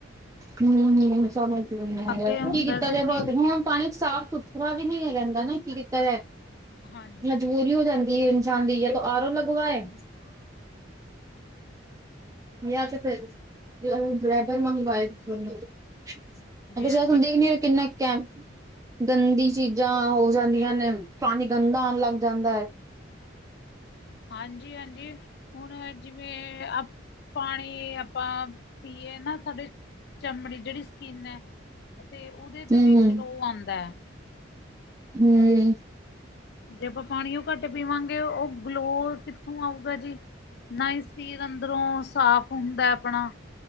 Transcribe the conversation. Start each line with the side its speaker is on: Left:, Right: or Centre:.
Right: ਹੂੰ ਹੂੰ ਸਮਝ ਨੀ ਆ
Left: ਅੱਗੇ
Right: ਰੇਤਾ।
Left: ਹੁੰਦਾ
Right: ਕੀ ਕੀਤਾ
Left: ਸੀ
Right: ਜਾਵੇ
Left: ਕਿ
Right: ਪਾਣੀ ਸਾਫ਼ ਸੁਥਰਾ ਵੀ ਨੀ ਰੈਂਦਾ ਨਾ ਕੀ ਕੀਤਾ ਜਾਏ,
Left: ਹਾਂਜੀ
Right: ਮਜਬੂਰੀ ਹੋ ਜਾਂਦੀ ਏ। ਜਾਂਦੀ ਏ ਤੋ ਆਰੋ ਲਗਵਾਏ।
Left: ਹਾਂਜੀ
Right: ਯਾਂ ਤੇ ਫੇਰ ਰੈਬਰ ਮੰਗਵਾਏ। ਤੁਸੀ
Left: ਹਾਂਜੀ
Right: ਐ ਸਾਨੂੰ ਦੇਖਦੇ ਓ ਕਿੰਨਾ ਕੈਮ ਗੰਦੀ ਚੀਜਾਂ ਹੋ ਜਾਂਦੀਆਂ ਨੇ। ਪਾਣੀ ਗੰਦਾ ਆਨ ਲੱਗ ਜਾਂਦਾ ਐ।
Left: ਹਾਂਜੀ-ਹਾਂਜੀ ਹੁਣ ਜਿਵੇਂ ਆਪ ਪਾਣੀ ਆਪਾਂ ਪੀਏ ਨਾ ਸਾਡੇ ਚਮੜੀ ਜੇੜੀ ਸਕਿੰਨ ਐ ਅਤੇ ਓਦੇ ਤੇ
Right: ਹੂੰ-ਹੂੰ,
Left: ਵੀ ਗਲੋ ਆਂਦਾ ਐ।
Right: ਹੂੰ।
Left: ਜੇ ਆਪਾਂ ਪਾਣੀਓ ਘੱਟ ਪੀਵਾਂਗੇ ਓ ਗਲੋ ਕਿੱਥੋਂ ਆਊਗਾ ਜੀ। ਨਾ ਈ ਸਰੀਰ ਅੰਦਰੋ ਸਾਫ਼ ਹੁੰਦਾ ਐ ਆਪਣਾ।